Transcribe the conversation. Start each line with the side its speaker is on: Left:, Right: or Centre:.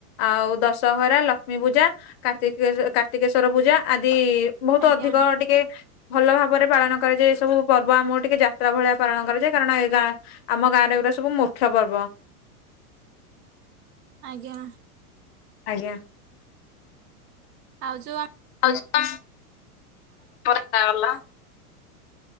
Left: ଆଉ ଦଶହରା ଲକ୍ଷ୍ମୀ ପୂଜା କାର୍ତି କାର୍ତ୍ତିକେଶ୍ଵର ପୂଜା ଆଦି ବହୁତ
Right: ଆଜ୍ଞା।
Left: ଅଧିକ ଟିକେ ଭଲ ଭାବରେ ପାଳନ କରାଯାଏ। ସବୁ ପର୍ବ ଆମକୁ ଟିକେ ଯାତ୍ରା ଭଳିଆ ପାଳନ କରାଯାଏ। କାରଣ ଏରା ଆମ ଗାଁରେ ଏଗୁରା ସବୁ ମୁଖ୍ୟ ପର୍ବ। <inaudible>
Right: ଆଜ୍ଞା।
Left: ଆଜ୍ଞା।
Right: ଆଉ ଯୋଉ ଆ
Left: <unintelligible>